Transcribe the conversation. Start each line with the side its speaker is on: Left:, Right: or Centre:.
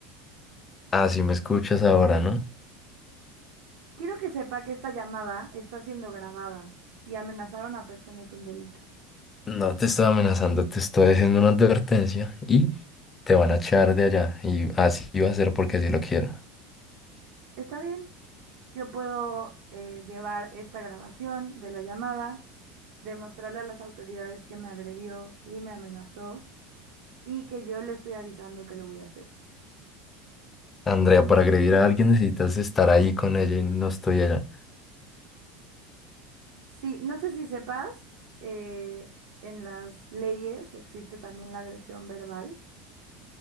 Left: Ah, sí me escuchas ahora, ¿no?
Right: Quiero que sepa que esta llamada está siendo grabada y amenazar a una persona es un delito.
Left: No te estoy amenazando, te estoy haciendo una advertencia y te van a echar de allá. Y así va a ser porque así lo quiero.
Right: Está bien, yo puedo eh, llevar esta grabación de la llamada, demostrarle a las autoridades que me agredió y me amenazó y que yo le estoy avisando que lo voy a hacer.
Left: Andrea, para agredir a alguien necesitas estar ahí con ella y no estoy allá.
Right: Sí, no sé si sepas, eh, en las leyes existe también la agresión verbal.